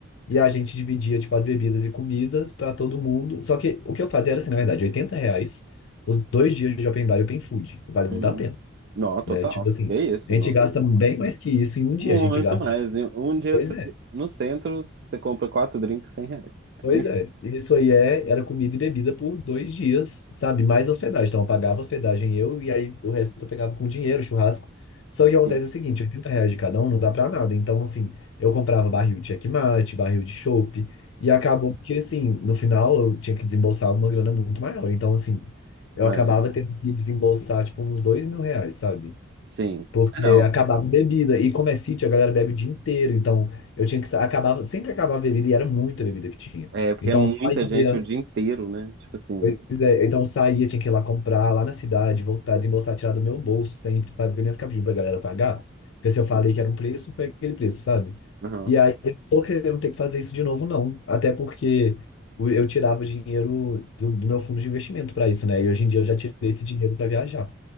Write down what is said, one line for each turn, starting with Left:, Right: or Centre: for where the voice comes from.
Left: E a gente dividia, tipo, as bebidas e comidas pra todo mundo. Só que o que eu fazia era assim, na verdade, 80 reais os dois dias de open bar e open food. Vale muito
Right: Uhum.
Left: a pena,
Right: Não, total.
Left: né? Tipo assim,
Right: Que isso,
Left: a
Right: não.
Left: gente gasta bem mais que isso em um
Right: Muito
Left: dia. A gente gasta,
Right: mais.
Left: tipo,
Right: E Um dia
Left: pois
Right: você,
Left: é.
Right: no centro você compra quatro drinks 100 reais.
Left: Pois
Right: Enfim,
Left: é, isso aí é, era comida e bebida por dois dias, sabe? Mais hospedagem. Então eu pagava hospedagem eu e aí o resto eu pegava com dinheiro, churrasco. Só que acontece
Right: sim.
Left: é o seguinte, 80 reais de cada um não dá pra nada. Então, assim, eu comprava barril de checkmate, barril de chopp, e acabou que, assim, no final eu tinha que desembolsar uma grana muito maior. Então, assim, eu
Right: É,
Left: acabava tendo que desembolsar, tipo, uns dois mil reais, sabe?
Right: sim.
Left: Porque
Right: É, não.
Left: acabava em bebida. E como é sítio, a galera bebe o dia inteiro. Então, eu tinha que... sa- Acabava... Sempre acabava a bebida e era muita bebida que tinha.
Right: É porque
Left: Então,
Right: é muita
Left: eu saía...
Right: gente o dia inteiro, né? Tipo assim.
Left: Pois é, então, eu saía, tinha que ir lá comprar, lá na cidade, voltar, desembolsar, tirar do meu bolso sempre, sabe? Porque eu não ia ficar pedindo pra galera pagar.
Right: é,
Left: Porque se eu falei
Right: sim.
Left: que era um preço, foi aquele preço, sabe?
Right: Aham.
Left: E aí, eu tô querendo ter que fazer isso de novo, não. Até porque o- eu tirava o dinheiro do, do meu fundo de investimento para isso, né? E hoje em dia eu já tirei esse dinheiro para viajar.